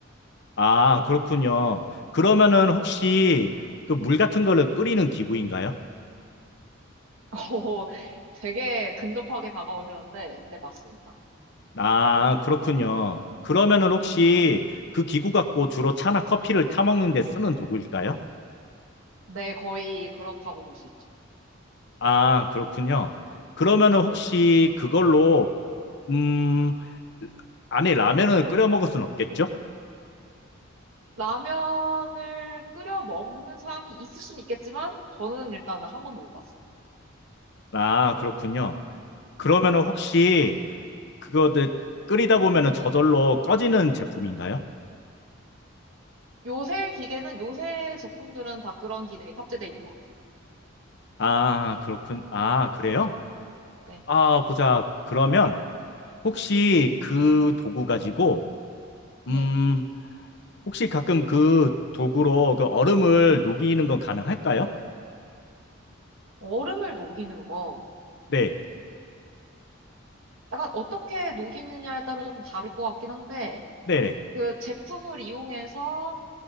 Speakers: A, on the left (about 55°); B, on the right (about 80°).
A: 아, 그렇군요. 그러면은 혹시 그 물 같은 거를 끓이는 기구인가요?
B: 어, 되게 근접하게 다가오셨는데, 네, 맞습니다.
A: 아, 그렇군요. 그러면은 혹시 그 기구 갖고 주로 차나 커피를 타먹는 데 쓰는 도구일까요?
B: 네, 거의 그렇다고 볼 수 있죠.
A: 아, 그렇군요. 그러면은 혹시 그걸로, 음, 안에 라면을 끓여 먹을 순 없겠죠?
B: 라면을 끓여 먹는 사람이 있을 수는 있겠지만, 저는 일단은 한 번도 못 봤어요.
A: 아, 그렇군요. 그러면은
B: 네.
A: 혹시 그거들 끓이다 보면은 저절로 꺼지는 제품인가요?
B: 요새 기계는, 요새 제품들은 다 그런 기능이 탑재되어 있는 것 같아요.
A: 아, 그렇군. 아, 그래요?
B: 네.
A: 아, 보자. 그러면 혹시 그 도구 가지고,
B: 네.
A: 음, 혹시 가끔 그 도구로 그 얼음을 녹이는 건 가능할까요?
B: 얼음을 녹이는 거,
A: 네,
B: 약간 어떻게 녹이느냐에 따라서 좀 다를 것 같긴 한데,
A: 네네.
B: 그 제품을 이용해서